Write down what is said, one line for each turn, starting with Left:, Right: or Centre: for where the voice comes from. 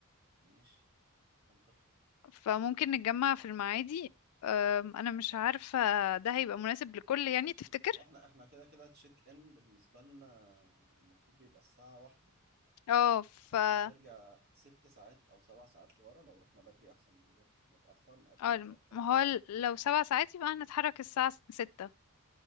Right: ماشي منطقي
Left: فممكن نتجمع في المعادي أم، انا مش عارفة ده هيبقى مناسب لكل يعني تفتكر
Right: هو احنا احنا كده كده تشيك ان بالنسبة لنا المفروض بيبقى الساعة واحدة
Left: اه ف
Right: فاحنا
Left: اه
Right: نرجع ست ساعات او سبع ساعات لورا لو رحنا بدري احسن ما نروح متأخر نقضي
Left: الم-
Right: وقت اكتر
Left: ما
Right: مع
Left: هو
Right: بعض
Left: ال- لو سبع ساعات يبقى هنتحرك الساعة س- ستة